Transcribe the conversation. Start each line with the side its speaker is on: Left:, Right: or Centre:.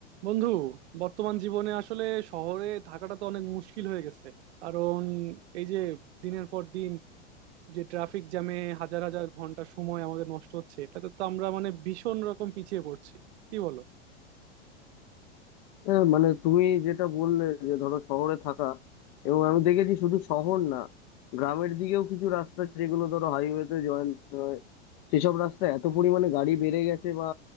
Right: বন্ধু বর্তমান জীবনে আসলে শহরে থাকাটা তো অনেক মুশকিল হয়ে গেছে কারণ এই যে দিনের পর দিন যে ট্রাফিক জ্যামে হাজার হাজার ঘন্টা সময় আমাদের নষ্ট হচ্ছে এটাতে তো আমরা মানে ভীষণ রকম পিছিয়ে পড়ছি কি বলো
Left: হ্যাঁ মানে তুমি যেটা বললে যে ধরো শহরে থাকা এবং আমি দেখেছি শুধু শহর না গ্রামের দিকেও কিছু রাস্তা যেগুলো ধরো হাইওয়েতে জয়েন সেসব রাস্তা এত পরিমাণে গাড়ি বেড়ে গেছে বা